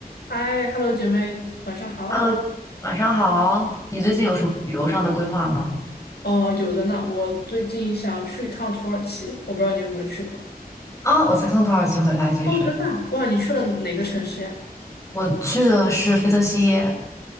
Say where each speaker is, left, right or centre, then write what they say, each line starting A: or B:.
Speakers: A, on the left; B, on the left.
A: 嗨，Hello，姐妹，晚上好。
B: Hello，晚上好。你最近有什么旅游上的规划吗？
A: 嗯，哦，有的呢。我最近想去一趟土耳其，我不知道你有没有去过。
B: 啊，我才从土耳其回来，其实
A: 哦，真的啊哇，你去了哪个城市呀？
B: 我去的是菲特西耶